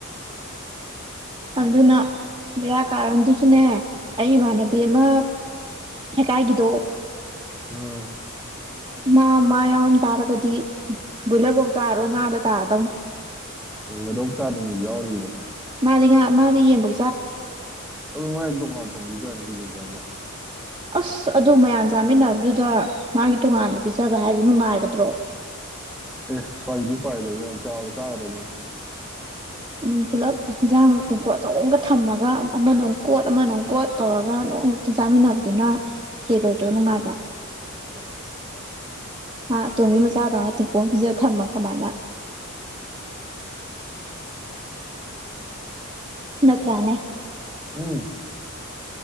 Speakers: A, on the right; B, in the centre.
A: ꯑꯗꯨꯅ ꯕꯔꯥ ꯀꯥꯔꯟꯗꯨꯁꯨꯅꯦ ꯑꯩ ꯏꯃꯥꯟꯅꯕꯤ ꯑꯃ ꯍꯗꯣ
B: ꯑꯥ
A: ꯃꯥ ꯃꯥ ꯌꯥꯎꯔꯝ ꯇꯥꯔꯒꯗꯤ ꯕꯣꯏꯂꯔꯐꯧ ꯆꯥꯔꯔꯣꯏ ꯉꯥꯗ ꯇꯥꯔꯗꯧꯅꯤ
B: ꯎ ꯃꯩꯗꯧ ꯆꯥꯗꯕꯅ ꯌꯥꯎꯔꯤꯕ
A: ꯃꯥꯗꯤ ꯉ ꯃꯥꯗꯤ ꯌꯦꯡꯕ
B: ꯑꯗꯨ ꯃꯥꯥꯏ ꯇ ꯃꯥ ꯊ ꯌꯥꯔꯦꯒꯦꯖ ꯐꯥꯏꯕ
A: ꯑꯁ ꯑꯗꯨ ꯃꯌꯥꯝ ꯆꯥꯃꯤꯟꯅꯕꯗꯨꯗ ꯃꯥꯒꯤ ꯇꯣꯉꯥꯟꯂ ꯄꯤꯖꯕ ꯍꯥꯏꯁꯦ ꯅꯨꯡꯉꯥꯏꯒꯗ꯭ꯔꯣ
B: ꯑꯦ ꯄ ꯃꯤ ꯄꯥꯏꯗꯅ ꯆꯥ ꯇꯥꯗꯅꯦ
A: ꯎꯝ ꯄꯨꯂꯞ ꯌꯦꯟꯁꯥꯡ ꯇꯦꯡꯀꯣꯠ ꯑꯆꯣꯡꯝꯒ ꯊꯝꯃꯒ ꯑꯃꯅꯣ ꯀꯣꯠ ꯑꯃꯅꯣ ꯒꯣꯠ ꯇꯧꯔꯒ ꯑꯗꯨ ꯑꯇ ꯆꯥꯃꯤꯟꯅꯕꯗꯨꯅ ꯍꯦꯜꯂꯣꯏꯗ꯭ꯔꯣ ꯅꯨꯡꯉꯥꯏꯕ
B: <inaudible>
A: ꯑꯥ ꯇꯨꯃꯤ ꯃꯁꯥꯗꯅ ꯇꯦꯛꯄꯣꯝ ꯄꯤꯖ ꯊꯝꯃ ꯀꯃꯥꯏꯅ ꯅꯠꯇ꯭ꯔꯥꯅꯦ
B: ꯎꯝ